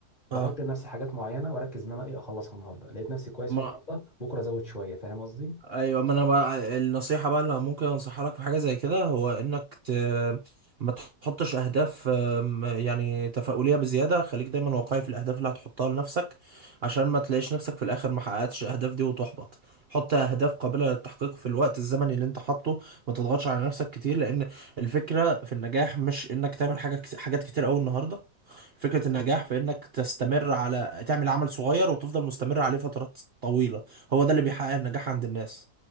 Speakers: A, on the left (about 30°); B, on the right (about 45°).
A: بحط
B: اه
A: لنفسي حاجات معينة واركز ان انا ايه اخلصها النهاردة لقيت نفسي كويس
B: ما
A: فيها النهاردة بكرة ازود شوية فاهم قصدي
B: ايوه ما انا بقى النصيحه بقى اللي ممكن انصحها لك في حاجه زي كده هو انك ت... ما تحطش اهداف أم، يعني تفاؤليه بزياده خليك دايما واقعي في الاهداف اللي هتحطها لنفسك عشان ما تلاقيش نفسك في الاخر ما حققتش الاهداف دي وتحبط حط اهداف قابله للتحقيق في الوقت الزمني اللي انت حاطه ما تضغطش على نفسك كتير لان الفكره في النجاح مش انك تعمل حاجه كت- حاجات كتير قوي النهارده فكره النجاح في انك تستمر على تعمل عمل صغير وتفضل مستمر عليه فترات طويله هو ده اللي بيحقق النجاح عند الناس